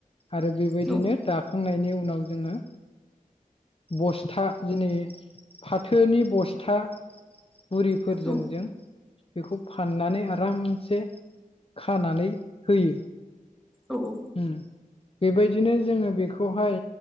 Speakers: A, on the left; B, in the centre.
A: आरो बेबायदिनो
B: नंगौ औ
A: दाखांनायनि उनाव जोङो बस्था दिनै फाथोनि बस्था बुरिफोरजों
B: औ औ
A: जों बेखौ फाननानै आरामसे खानानै होयो।
B: औ औ।
A: उम बेबायदिनो जोङो बेखौहाय